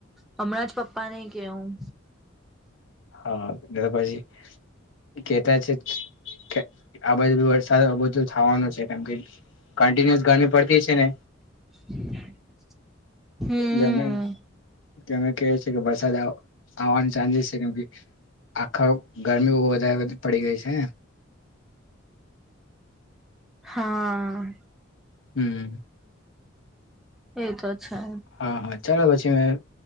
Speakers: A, in the centre; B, on the left.
A: હમણાં જ પપ્પા નને કેવું
B: હા એટ તો પછી કેતા છે આ બાજુ વરસાદ બધું થવાનું છે કેમ કે કન્ટિન્યુઅસ ગરમી પડતી છે ને
A: <inaudible> હમ
B: ગમે કેમે કે છે કે વરસાદ આવ આવવાન ચાન્સીસ છે. કેમ કે આખો ગરમી બ વધારે પડી ગઈ છે
A: હા
B: હમ્મ
A: એતો છે.
B: હા હા ચાલો પછી મેં